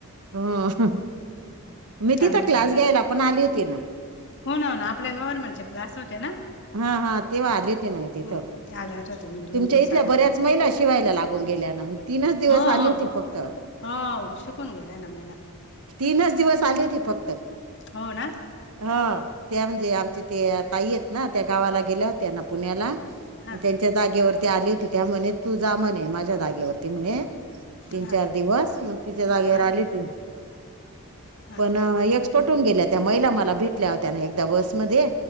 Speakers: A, on the right; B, on the left.
A: ह मी
B: चांगले
A: तिथं क्लास
B: ना
A: घ्यायला पण आली होती ना.
B: हो ना हो ना आपल्या गव्हर्नमेंट चे क्लास होते ना.
A: हा हा तेव्हा आले हो ते ना मी तिथं,
B: हम्म आल्यात होते मी दोन
A: तुमच्या
B: दिवस
A: इथल्या
B: आल्यात
A: बऱ्याच महिला शिवायला लागून गेल्या ना बाई. तीनच दिवस
B: हो
A: आली
B: हो
A: होती फक्त.
B: हो शिकून गेलाय ना महीला.
A: तीनच दिवस आले होते फक्त.
B: हो ना.
A: हा त्या म्हणजे आमचे ते ताई आहेत ना, त्या गावाला गेल्या होत्या ना पुण्याला
B: हा
A: त्यां त्या जागेवरती आली होती. त्या म्हणे तू जा म्हणे माझ्या जागेवरती म्हणे. तीन
B: हा
A: चार
B: हा
A: दिवस मग तिच्या जागेवर
B: हो बाजे
A: आली
B: घ्या.
A: होती
B: हा
A: पण पटून गेल्या त्या महीला मला भेटल्या होत्याना एकदा बसमध्ये,